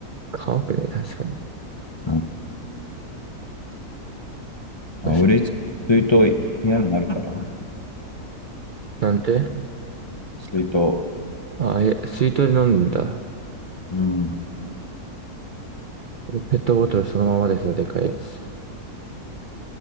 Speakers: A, on the right; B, on the left.
A: 乾くね、確かに。
B: うん。あ、
A: 確かに。
B: 俺、水筒部屋にあるから、
A: なんて
B: 水筒。
A: ああ、え、水筒で飲んだんだ。
B: うん。
A: ペットボトルそのままでさ、でかいやつ。